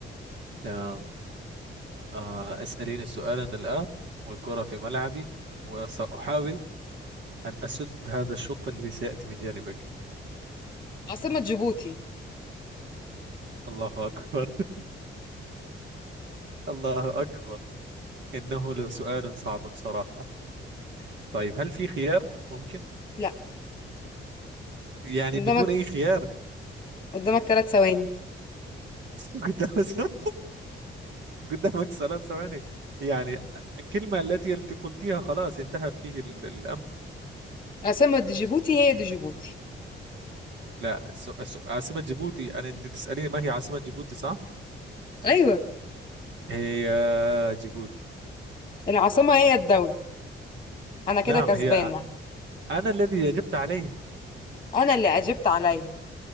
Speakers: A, on the right; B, on the left.
A: تمام آه، اسأليني سؤالا الآن والكرة في ملعبي وسأحاول أن أسد هذا الشوط اللي سيأتي من جانبك
B: عاصمه جيبوتي
A: الله أكبر <laughs> الله أكبر إنه لسؤال صعب صراحة طيب هل في خيار ممكن
B: لا
A: يعني
B: قدامك
A: بدون أي خيار
B: قدامك ثلاث ثواني
A: <laughs> قدام قدامك ثلاث ثواني يعني الكلمة التي انت قلتيها خلاص انتهى فيه ال- الأمر
B: عاصمه جيبوتي هي دي جيبوتي
A: لا سو- سو- عاصمة جيبوتي أنا أنت تسأليني ما هي عاصمة جيبوتي صح؟
B: ايوه
A: هي جيبوتي
B: العاصمه هي الدوله انا كده
A: نعم
B: كسبانه
A: هي أنا الذي أجبت عليه
B: انا اللي اجبت عليها